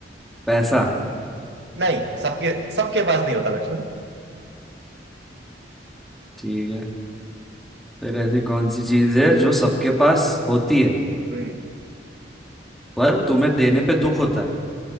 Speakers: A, in the centre; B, on the right (about 70°).
A: पैसा
B: नहीं सबके सबके पास नहीं होता लक्ष्मण
A: ठीक है फिर ऐसी कौन सी चीज है जो सबके पास होती है
B: हम्म
A: पर तुम्हें देने पे दुख होता है